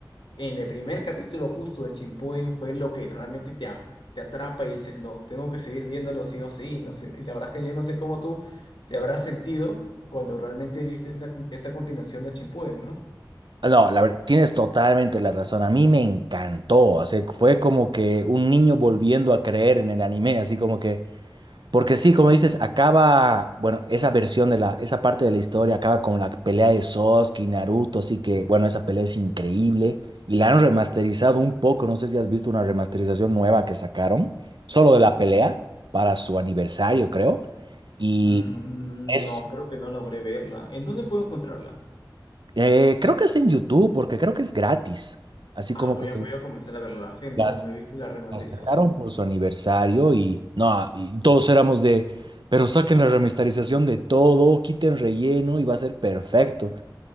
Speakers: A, on the left (about 80°); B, on the right (about 75°).
A: en el primer capítulo justo de Chimpuden fue lo que realmente te, a- te atrapa y dices, no, tengo que seguir viéndolo sí o sí. No sé, y la verdad es que yo no sé cómo tú te habrás sentido cuando realmente viste esta, cu- esta continuación de Chimpuden, ¿no?
B: No, la ver- tienes totalmente la razón. A mí me encantó. O sea, fue como que un niño volviendo a creer en el anime, así como que. Porque sí, como dices, acaba. Bueno, esa versión de la. Esa parte de la historia acaba con la pelea de Sasuke y Naruto. Así que, bueno, esa pelea es increíble. Y la han remasterizado un poco. No sé si has visto una remasterización nueva que sacaron. Solo de la pelea. Para su aniversario, creo. Y
A: Mm,
B: es.
A: no, creo que no logré verla. ¿En dónde puedo encontrarla?
B: eh, creo que es en YouTube, porque creo que es gratis. Así
A: Ah,
B: como
A: voy
B: que.
A: a, voy a comenzar a verla. La verdad es que no,
B: La
A: no he visto la remasterización.
B: La sacaron por su aniversario y no, y todos éramos de, pero saquen la remasterización de todo, quiten relleno y va a ser perfecto.